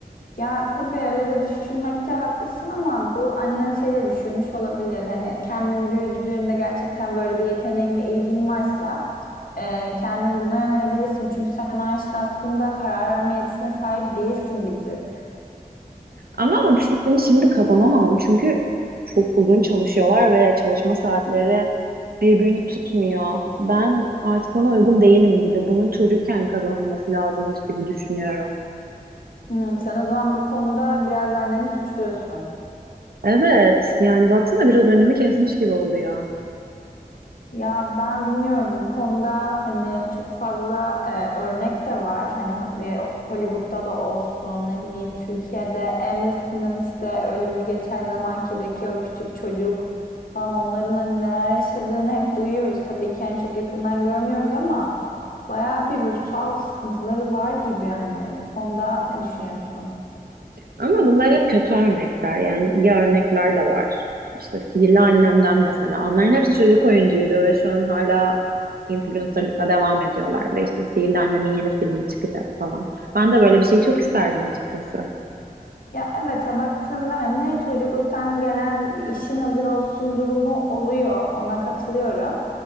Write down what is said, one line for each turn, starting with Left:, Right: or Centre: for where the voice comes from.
Left: Ya tabii öyle de düşünmekte haklısın ama bu annen şey diye düşünmüş olabilir. Hani kendin büyüdüğünde gerçekten böyle bir yeteneğin ve ilgin varsa e, kendin buna yönelebilirsin. Çünkü sen o yaşta aslında karar verme yetisine sahip değilsin bir tık.
Right: Ama o disiplini şimdi kazanamam. Çünkü çok uzun çalışıyorlar ve çalışma saatleri birbirini tutmuyor. Ben artık ona uygun değilim gibi. Bunun çocukken kazanılması lazımmış gibi düşünüyorum.
Left: Hmm, sen o zaman bu konuda biraz anneni suçluyorsun.
Right: Evet, yani baksana biraz önümü kesmiş gibi oluyor.
Left: Ya ben bilmiyorum bu konuda hani çok fazla e, örnek de var. Hani Ho- e, Hollywood'da da olsun ne bileyim Türkiye'de en basitinden işte öyle bir geçen zamankideki o küçük çocuk falan onların hani neler yaşadığını hep duyuyoruz. Tabii ki hani çok yakından görmüyoruz ama bayağı bir ruhsal sıkıntıları var gibi hani bu konuda ne düşünüyorsun?
Right: Ama bunlar hep kötü örnekler. Yani iyi örnekler de var. İşte Sihirli Annem'den mesela. Onların hepsi çocuk oyuncuydu ve şu an hala influencerlıkla devam ediyorlar. Ve işte Sihirli Annem'in yeni filmi çıkacak falan. Ben de böyle bir şeyi çok isterdim açıkçası.
Left: Ya evet ha, baktığında hani çocukluktan gelen bir işin hazır olsun durumu oluyor. Ona katılıyorum.